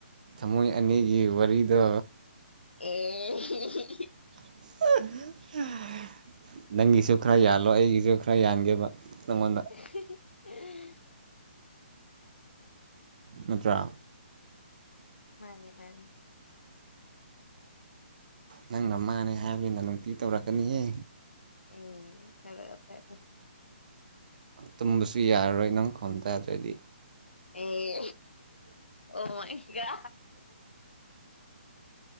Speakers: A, on the right; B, on the left.
A: ꯊꯃꯣꯏ ꯑꯅꯤꯒꯤ ꯋꯥꯔꯤꯗ
B: ꯑꯣ
A: <unintelligible> ꯅꯪꯒꯤꯁꯨ ꯈꯔ ꯌꯥꯜꯂꯣ ꯑꯩꯒꯤꯁꯨ ꯈꯔ ꯌꯥꯟꯒꯦꯕ ꯅꯪꯉꯣꯟꯗ
B: <unintelligible>
A: ꯅꯠꯇ꯭ꯔ
B: ꯃꯥꯅꯤ ꯃꯥꯅꯤ
A: ꯅꯪꯅ ꯃꯥꯅꯦ ꯍꯥꯏꯕꯅꯤꯅ ꯅꯨꯡꯇꯤ ꯇꯧꯔꯛꯀꯅꯤꯍꯦ
B: ꯏ ꯍꯦꯔꯇꯩ
A: ꯇꯨꯝꯕꯁꯨ ꯌꯥꯔꯔꯣꯏ ꯅꯪ ꯈꯣꯡ ꯇꯗ꯭ꯔꯗꯤ
B: ꯑꯦ ꯑꯣꯃꯒꯥ